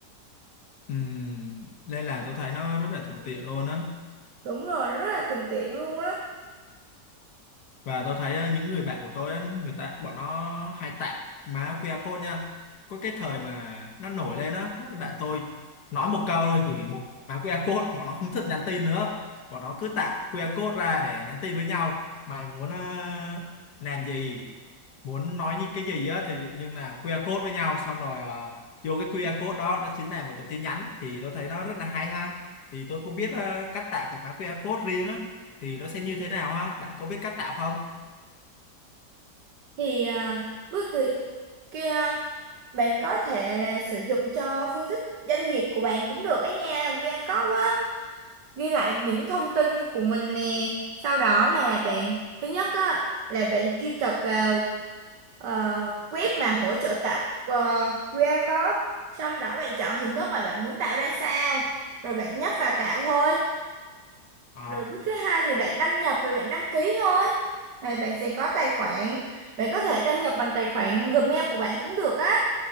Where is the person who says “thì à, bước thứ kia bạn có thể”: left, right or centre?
Right